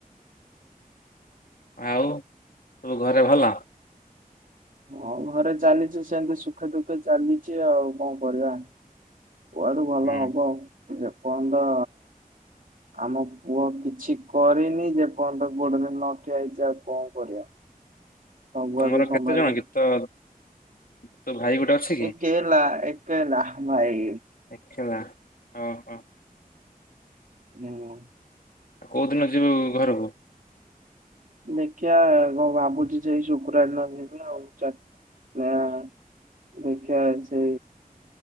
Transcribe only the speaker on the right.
ହଁ ଘରେ ଚାଲିଛି ସେମିତି ସୁଖେ ଦୁଃଖେ ଚାଲିଛି ଆଉ କଣ କରିବା। କୁଆଡୁ ଭଲ
ହବ ଯେପର୍ଯ୍ୟନ୍ତ। ଆମ ପୁଅ କିଛି କରିନି ଯେ ପଣ ତ ଗୋଡ଼ରେ ଦିନ ନଠିଆ ହେଇଛି ଆଉ କଣ କରିବା। ସବୁଆଡୁ
ସମ୍ଭାଳିବାକୁ
ଏକେଲା ଏକେଲା ଭାଇ।
ହୁଁ।
ଦେଖିଆ କଣ ଭାବୁଛି ଯେ ସେଇ ଶୁକ୍ରାର ଦିନ ଯିବି ଆଉ। ଦେଖିଆ ଯେ